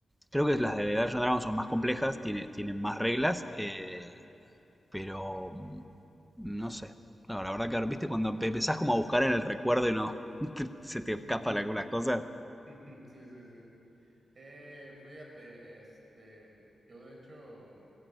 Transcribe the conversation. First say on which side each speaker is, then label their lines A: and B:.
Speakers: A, in the centre; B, on the right.
A: Creo que las de Dungeons and Dragons son más complejas, tiene, tienen más reglas, eh, pero mm,
B: Mm.
A: no sé. No, la verdad que ahora,
B: Mm.
A: viste, cuando empe- empezás como a buscar en el recuerdo y no <laughs> se te
B: <laughs>
A: escapan algunas cosas.
B: Sí, sí, sí. Eh, fíjate, este, yo de hecho,